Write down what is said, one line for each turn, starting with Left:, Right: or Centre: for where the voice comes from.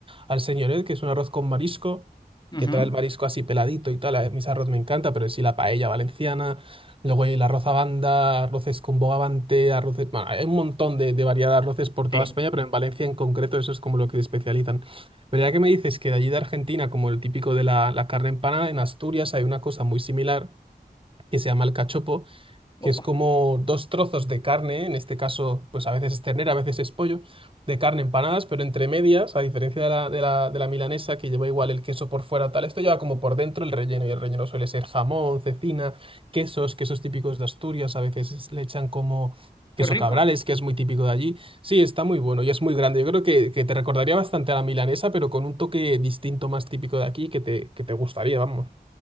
Right: al señoret, que es un arroz con marisco,
Left: Ujú.
Right: que trae el marisco así peladito y tal. A mis arroz me encanta, pero en sí la paella valenciana. Luego hay el arroz a banda, arroces con bogavante, arroces... bueno, hay un montón de, de variedad de arroces por toda
Left: Sí.
Right: España, pero en Valencia en concreto eso es como lo que se especializan. Pero ya que me dices que de allí de Argentina, como el típico de la, la carne empanada, en Asturias hay una cosa muy similar que se llama el cachopo, que
Left: Opa,
Right: es como dos trozos de carne, en este caso, pues a veces es ternera, a veces es pollo, de carne empanadas, pero entre medias, a diferencia de la, de la, de la milanesa, que lleva igual el queso por fuera, tal, esto lleva como por dentro el relleno, y el relleno suele ser jamón, cecina, quesos, quesos típicos de Asturias, a veces es- le echan como... Queso
Left: qué rico.
Right: cabrales, que es muy típico de allí. Sí, está muy bueno y es muy grande. Yo creo que, que te recordaría bastante a la milanesa, pero con un toque distinto más típico de aquí que te, que te gustaría, vamos.